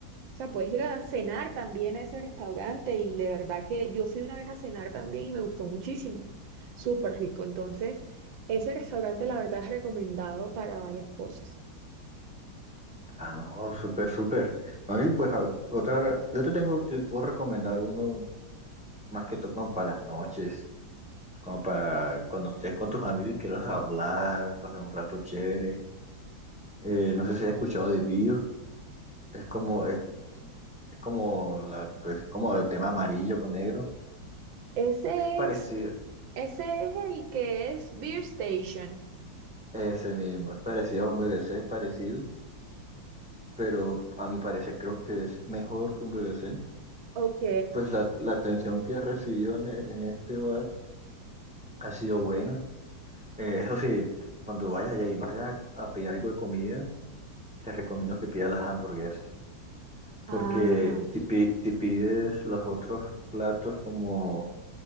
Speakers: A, on the right (about 80°); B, in the centre.
A: O sea, puedes ir a cenar también a ese restaurante y de verdad que yo fui una vez a cenar también y me gustó muchísimo. Súper rico. Entonces, ese restaurante la verdad es recomendado para varias cosas.
B: Ah, no, súper, súper. No, y pues a- otra, yo te tengo, te puedo recomendar uno más que todo como para las noches, como para cuando estés con tus amigos y quieras hablar, pasar un rato chévere. Eh, no sé si has escuchado de Bio, es como, es, es como, la, pues, como el tema amarillo con negro.
A: Ese
B: Es parecido,
A: es, ese es el que es Beer Station.
B: ese mismo, es parecido a un BBC, es parecido, pero a mi parecer creo que es mejor que un BBC.
A: Ok,
B: Pues la, la atención que he recibido en, e- en este bar ha sido buena. Eh, eso sí, cuando vayas allá y vayas a pedir algo de comida, te recomiendo que pidas las hamburguesas. Porque
A: Ajá,
B: si, pi- si pides los otros platos como